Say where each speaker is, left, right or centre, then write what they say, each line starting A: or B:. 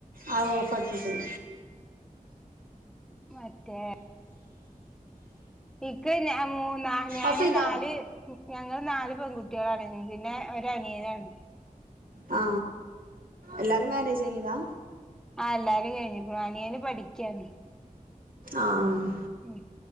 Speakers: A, on the right; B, in the centre.
A: അ ഓഫ് ആക്കീക്ണു
B: മറ്റേ ഇക്ക ഞമ് നാല് ഞാന്
A: ഓഫ് ചെയ്തോ
B: നാല് ഞങ്ങള് നാല് പെൺകുട്ടികളണന്ന പിന്നെ ഒരു അനിയനാണ്
A: ആ എല്ലാരും മാനേജ് കയിഞ്ഞതാ
B: ആ എല്ലാരീം കഴിഞ്ഞികുണു അനിയന് പഠിക്കാണ്
A: ആഹ്
B: ഉ